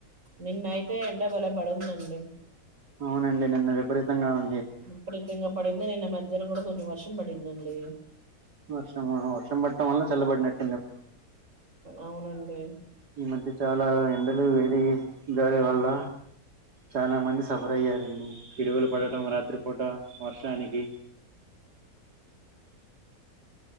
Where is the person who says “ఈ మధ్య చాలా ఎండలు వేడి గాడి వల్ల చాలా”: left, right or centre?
Right